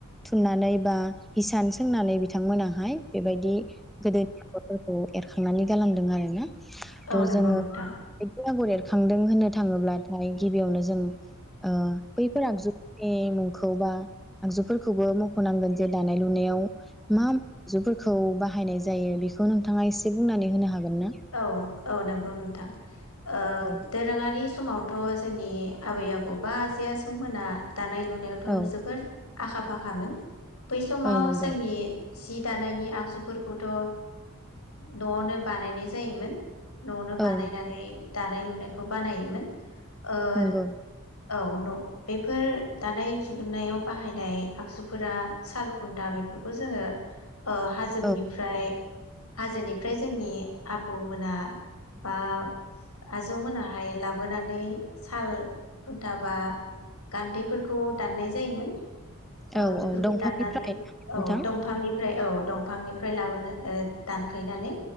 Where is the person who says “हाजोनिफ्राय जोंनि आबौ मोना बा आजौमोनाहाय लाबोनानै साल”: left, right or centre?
Left